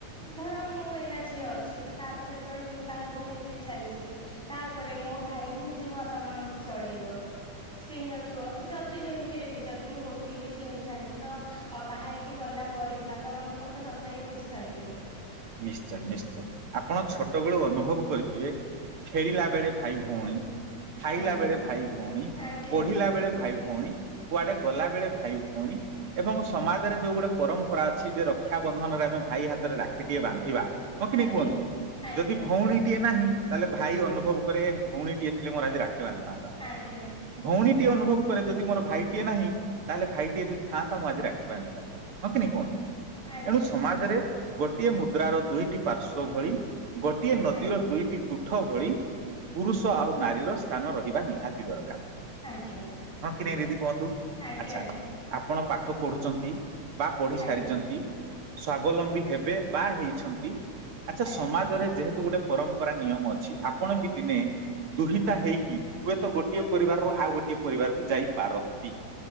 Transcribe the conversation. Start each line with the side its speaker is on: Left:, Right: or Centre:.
Centre: ଧର ମୁଁ ଏଇନ ଝି ଅଛି ତ ତାପରେ ଯେତେବେଳେ ବାହାଘର ହେଇକି ଚାଲିଯିବି ତାପରେ ମୋ ଭାଇ ହିଁ ନିଜେ ମୋ ବାପା ମାଙ୍କୁ ଚଳେଇବ। ସେ ହିଁ ର ଦେଖିବ ଯଦି ବି ଏମିତିରେ ବି ଯଦି ମୁଁ ଗୋଟିଏ ବି ଝିଅ ହେଇଥାନ୍ତି ତ ବାହା ହେଇକି ଗଲା ପରେ ବି ବାପା ମାଙ୍କ କଥା ତଥାପି ହିଁ ବୁଝିଥାନ୍ତି ମୁଁ ।
Right: ନିଶ୍ଚୟ ନିଶ୍ଚୟ ଆପଣ ଛୋଟବେେଳୁ ଅନୁଭବ କରିଥିବେ ଖେଳିଲା ବେଳେ ଭାଇ ଭଉଣୀ ଖାଇଲା
Centre: ଆଜ୍ଞା
Right: ବେଳେ ଭାଇ ଭଉଣୀ
Centre: ଆଜ୍ଞା
Right: ପଢିଲା ବେଳେ ଭାଇ ଭଉଣୀ ଭଉଣୀ କୁଆଡେ ଗଲା ବେଳେ ଭାଇ ଭଉଣୀ ଏବଂ ସମାଜରେ ଯୋଉ ଗୋଟେ ପରମ୍ପରା ଅଛି ଯେ ରକ୍ଷାବନ୍ଧନରେ ଆମେ ଭାଇ ହାତରେ ରାଖ ଆଖିଟିଏ ବାନ୍ଧିବା ହଁ କିନି
Centre: ଆଜ୍ଞା
Right: କୁହନ୍ତୁ
Centre: ଆଜ୍ଞା
Right: ଯଦି ଭଉଣୀଟିଏ ନାହିଁ ତାହେଲେ ଭାଇ ଅନୁଭବ କରେ ଭଉଣୀଟିଏ ଥିଲେ ମୋର ଆଜି ରାଖିବାନ ଥାନ୍ତା
Centre: ଆଜ୍ଞା
Right: ଭଉଣୀ ଅନୁଭବ କରେ ଯଦି ମୋର ଭାଇଟିଏ ନାହିଁ ତାହେଲେ ଭାଇଟିଏ ଯଦି ଥାନ୍ତା ମୁଁ ଆଜି ରାକ୍ଷୀ ବାନ୍ଧି ପାରିଥାନ୍ତି । ହଁ କି ନି କୁହନ୍ତୁ
Centre: ଆଜ୍ଞା।
Right: ଏଣୁ ସମାଜରେ ଗୋଟିଏ ମୁଦ୍ରାର ଦୁଇଟି ପାର୍ଶ୍ଵ ଭଳି ଗୋଟିଏ ନଦୀର
Centre: ଆଜ୍ଞା
Right: ଦୁଇଟି ତୁ ଠ ଭଳି ପୁରୁଷ ଆଉ ନାରୀର ସ୍ଥାନ ରହିବା ନିହାତି ଦରକାର।
Centre: ଆଜ୍ଞା ଆଜ୍ଞା ଆଜ୍ଞା ଆଜ୍ଞା
Right: ହଁ କି ନାହିଁ ଦିଦି କୁହନ୍ତୁ
Centre: ଆଜ୍ଞା
Right: ଆଚ୍ଛା ଆପଣ ପା ପଢୁଚନ୍ତି। ବା ପଢି
Centre: ଆଜ୍ଞା
Right: ସାରିଚନ୍ତି। ସ୍ବାବଲମ୍ବୀ ଏବେ ବା ହେଇଛନ୍ତି। ଆଚ୍ଛା
Centre: ଆଜ୍ଞା
Right: ସମାଜରେ ଯେହେତୁ ପରମ୍ପରା ନିୟମ ଅଛି ଆପଣ ବି ଦିନେ ଦୁହିତା ହେଇକି ହୁଏତ ଗୋଟିଏ ପରିବାରରୁ ଆଉ ଗୋଟିଏ ପରିବାରକୁ ଯାଇପାରନ୍ତି।